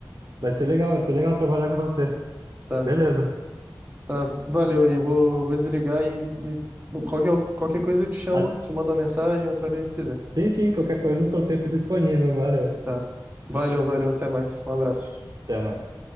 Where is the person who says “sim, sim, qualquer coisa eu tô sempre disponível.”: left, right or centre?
Right